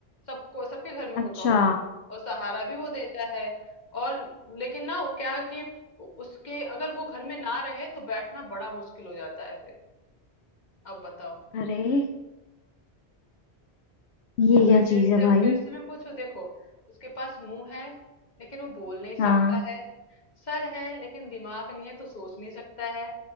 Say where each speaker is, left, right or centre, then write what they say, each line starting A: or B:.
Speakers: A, on the left; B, on the left.
A: सबको सबके घर में होगा
B: अच्छा
A: वो और सहारा भी वो देता है और लेकिन ना वो क्या है कि उसके अगर वो घर में ना रहे तो बैठना बड़ा मुश्किल हो जाता है फिर अब बताओ
B: अरे ये
A: मैं
B: क्या
A: फिर
B: चीज
A: से
B: है भाई
A: फिर से मैं पूछू देखो उसके पास मुंह है लेकिन वो बोल नहीं सकता
B: हाँ
A: है सर है लेकिन दिमाग नहीं है तो सोच नहीं सकता है